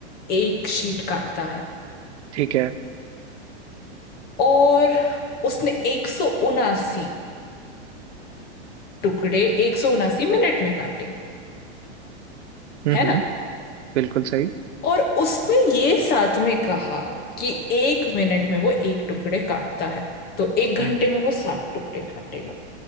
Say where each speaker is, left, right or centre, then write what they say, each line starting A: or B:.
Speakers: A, on the left (about 30°); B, on the right (about 80°).
A: एक शीट काटता है
B: ठीक है
A: और उसने एक सौ उनासी टुकड़े एक सौ उनासी मिनट में काटे
B: हम्म
A: है
B: हम्म
A: ना
B: बिल्कुल सही
A: और उसने ये साथ में कहा कि एक मिनट में वो एक टुकड़े काटता है तो एक
B: हम्म
A: घंटे में वो साठ टुकड़े काटेगा